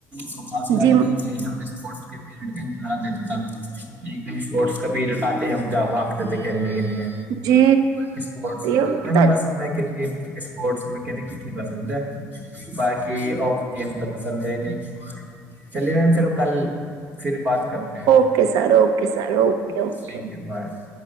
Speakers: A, on the right; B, on the right.
A: تو کافی عادت
B: جم
A: ہے کا انتظار دیتا تھا ایک دم اسپورٹس کا بھی راتتے ہم جاگ بھاگتے تھے کھیلنے کے لیے
B: جی
A: اسپٹس م
B: یہ اچھا
A: بس کرکٹ اسپورٹس میں ک کھ نہیں کرا سکتا باقی آ گیم تو پسند ہے ہی نہیں چلیے میم پھر کل پھر بات کر
B: okay sir okay sir okay
A: لیں
B: okay
A: گے بائے